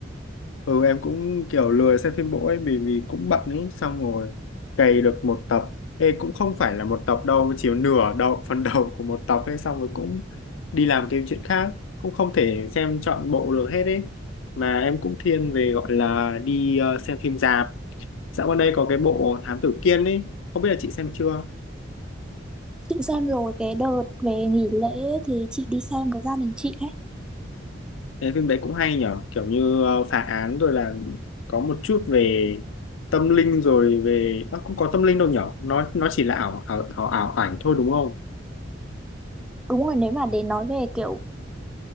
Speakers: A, on the left; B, in the centre.
A: ừ em cũng kiểu lười xem phim bộ ấy vì vì cũng bận ấy xong rồi cày được một tập ê cũng không phải là một tập đâu chỉ nửa đầu <laughs> phần đầu của một tập ấy xong rồi cũng đi làm cái chuyện khác cũng không thể xem trọn bộ được hết ấy mà em cũng thiên về gọi là đi ờ, xem phim rạp dạo gần đây có cái bộ Thám Tử Kiên ấy không biết là chị xem chưa
B: chị xem rồi cái đợt về nghỉ lễ thì chị đi xem với gia đình chị ấy
A: Cái phim đấy cũng hay nhở kiểu như ờ, phá án rồi là có một chút về tâm linh rồi về nó cũng có tâm linh đâu nhở nó nó chỉ là ảo ảo ảo, ảo ảnh thôi đúng không
B: đúng rồi nếu mà để nói về kiểu